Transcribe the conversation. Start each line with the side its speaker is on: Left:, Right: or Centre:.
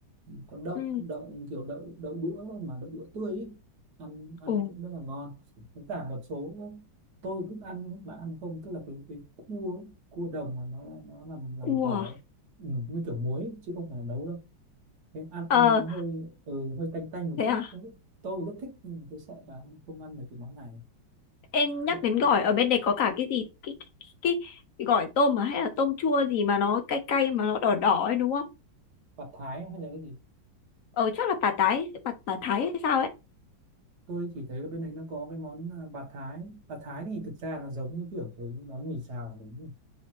Right: có đậu
Left: ừ
Right: đậu kiểu đậu đậu đũa thôi mà đậu đũa tươi ý. ăn ăn
Left: Ồ,
Right: cũng rất là ngon với cả một số tôi thích ăn mà ăn không tức là cái cái cua cua đồng mà nó nó làm làm
Left: cua
Right: gỏi
Left: à?
Right: ấy. ừ, như kiểu muối chứ không phải là nấu đâu cái ăn
Left: Ờ,
Right: ăn nó hơi ừ, hơi tanh tanh một
Left: thế
Right: chút
Left: à?
Right: không biết tôi rất thích nhưng mà tôi sợ là không ăn được cái món này
Left: Em nhắc
Right: Đấy,
Left: đến gỏi, ở bên này có cả cái gì? Cái, cái, cái, cái gỏi tôm mà hay là tôm chua gì mà nó cay cay mà nó đỏ đỏ ấy đúng không?
Right: bạt thái hay là cái gì
Left: Ờ, chắc là bà tái, bà, bà Thái hay sao ấy?
Right: tôi chỉ thấy ở bên đấy nó có cái món à, bạt thái bạt thái thì thực ra nó giống như kiểu cái món mì xào đúng không